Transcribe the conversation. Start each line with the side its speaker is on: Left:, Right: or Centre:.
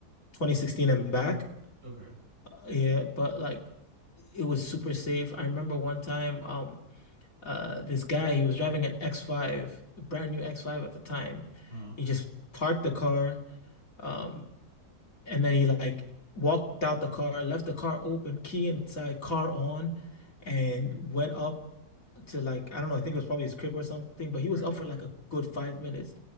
Left: 2016 and back.
Right: Okay.
Left: Yeah, but like it was super safe. I remember one time, um. uh this guy he was driving an X5 a brand new X5 at the time
Right: Uh-huh.
Left: he just parked the car um and then he like walked out the car left the car open key inside car on and went up to like I don't know I think it was probably his crib or something but he
Right: Right.
Left: was up for like a good five minutes